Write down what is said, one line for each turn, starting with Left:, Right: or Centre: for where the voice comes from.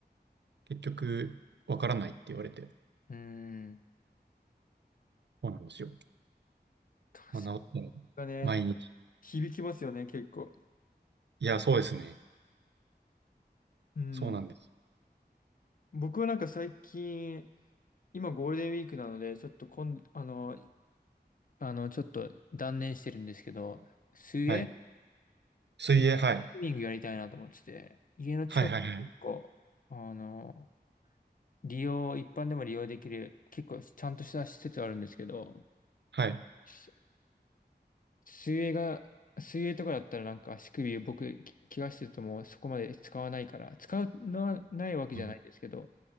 Right: 結局わからないって言われて、
Left: うん。
Right: そうなんですよ。
Left: 確
Right: まあ、治ったら
Left: かね、
Right: 毎日。
Left: 響きますよね、結構。
Right: いや、そうですね。
Left: うん。
Right: そうなんです。
Left: 僕はなんか最近、今ゴールデンウィークなので、ちょっとこん、あの、あの、ちょっと断念してるんですけど、水泳
Right: はい。水泳、はい。
Left: スイミングやりたいなと思ってて、家の近くに結構、
Right: はいはいはい。
Left: あの、利用、一般でも利用できる、結構ちゃんとした施設あるんですけど、
Right: はい。
Left: し水泳が、水泳とかだったらなんか足首僕、き怪我してるともうそこまで使わないから、使うのはないわけじゃないんですけど、
Right: うん